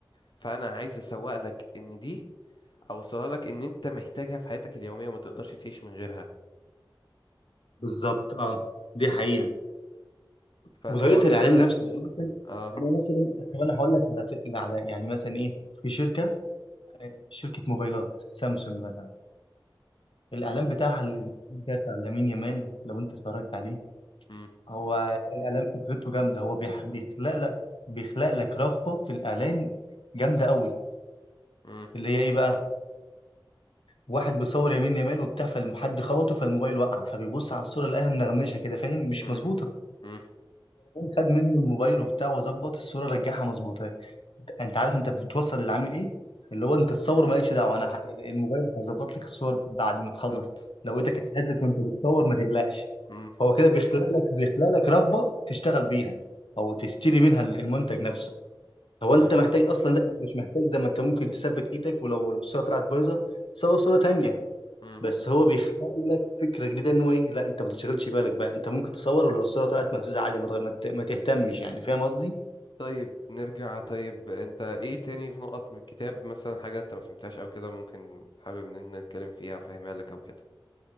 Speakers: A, on the left; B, on the left.
A: فانا عايز اسوق لك ان دي اوصلها لك ان انت محتاجها في حياتك اليوميه وما تقدرش تعيش من غيرها
B: بالظبط اه دي حقيقة
A: فالحوار
B: وطريقة الاعلان
A: ده
B: نفسه يعني مثلا
A: اه
B: يعني أنا مثلا طب انا هقول لك على على- يعني مثلا ايه في شركة شركة موبايلات سامسونج مثلا الاعلان
A: مم،
B: بتاعها الجديد ده بتاع لامين يامال لو انت اتفرجت عليه
A: مم،
B: هو الاعلان فكرته جامدة هو بيح- بيخلق لك بيخلق لك رغبة في الاعلان جامدة قوي
A: مم،
B: اللي هي ايه بقى واحد بيصور يمين يمال وبتاع فالحد خبطه فالموبايل وقع فبيبص على الصوره لقاها منغمشه كده فاهم مش
A: مم،
B: مظبوطه
A: مم،
B: خد منه الموبايل وبتاع وظبط الصوره رجعها مظبوطه انت عارف انت بتوصل للعميل ايه اللي هو انت الصور
A: مم.
B: مالكش دعوه انا ح- الموبايل هيظبط لك الصور بعد ما تخلص
A: بالظبط بالظبط
B: لو ايدك اتهزت وانت بتصور ما تقلقش
A: مم،
B: هو كده بيخلق لك بيخلق لك رغبه تشتغل بيها او تشتري منها المنتج نفسه هو
A: مم،
B: انت محتاج اصلا ده انت مش محتاج ده ما انت ممكن تثبت ايدك ولو الصوره طلعت بايظه صور صوره تانية
A: مم.
B: بس هو بيخلق لك فكره جديده ان هو ايه لا انت ما تشغلش بالك بقى انت ممكن تصور ولو الصوره طلعت مهزوزه عادي ما تغ- ما ت- ما تهتمش يعني فاهم قصدي
A: طيب نرجع طيب انت ايه تاني في نقط من الكتاب مثلا حاجة انت ما فهمتهاش او كده ممكن حابب ان احنا نتكلم فيها فاهمها لك او كده